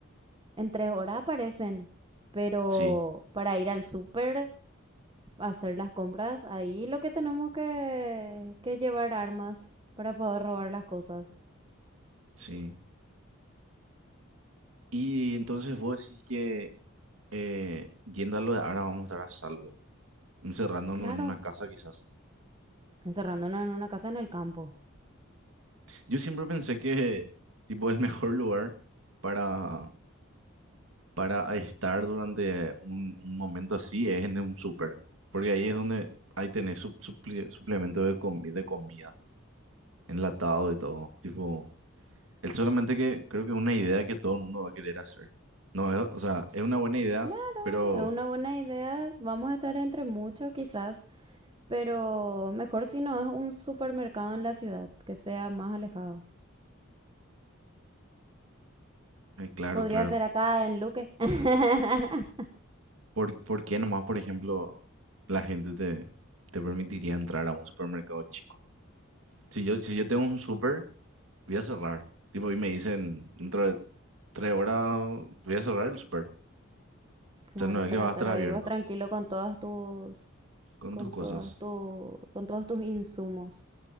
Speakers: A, on the right; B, on the right.
A: En tres horas aparecen. Pero
B: Sí,
A: para ir al súper, hacer las compras, ahí lo que tenemos que, que llevar armas para poder robar las cosas.
B: sí. Y entonces vos decís que eh, yendo a lo de ahora vamos a estar a salvo, encerrándonos
A: Claro.
B: en una casa quizás.
A: Encerrándonos en una casa en el campo.
B: Yo siempre pensé que, tipo, el mejor lugar para, para estar durante un, un momento así es en un súper, porque ahí es donde ahí tenés su, suple- suplemento de, comi- de comida, enlatado y todo. Tipo, es solamente que creo que es una idea que todo el mundo va a querer hacer. No, es- o sea, es una buena idea,
A: Claro,
B: pero
A: es una buena idea. es- Vamos a estar entre muchos quizás, pero mejor si no es un supermercado en la ciudad, que sea más alejado.
B: eh, claro,
A: Podría
B: claro.
A: ser acá en Luque. <laughs>
B: ¿Por, por qué nomás, por ejemplo, la gente te, te permitiría entrar a un supermercado chico? Si yo, si yo tengo un súper. Voy a cerrar. Tipo, y me dicen, dentro de tres horas voy a cerrar el súper. O
A: Claro,
B: sea, no es
A: para
B: que va
A: estar
B: a estar abierto
A: ahí vos tranquilo con todas tus,
B: con
A: con
B: tus cosas.
A: todas tu, con todos tus insumos.